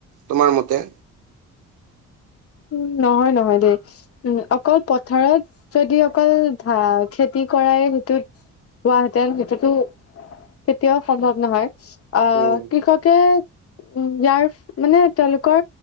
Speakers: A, on the right; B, on the left.
A: তোমাৰ মতে।
B: উ নহয় নহয় দেই উম অকল পথাৰত, যদি অকল ধা খেতি কৰাই সেইটোত হোৱাহেঁতেন, সেইটোতো কেতিয়াও সম্ভৱ নহয়। আহ
A: উম,
B: কৃষকে উম ইয়াৰ মানে তেওঁলোকৰ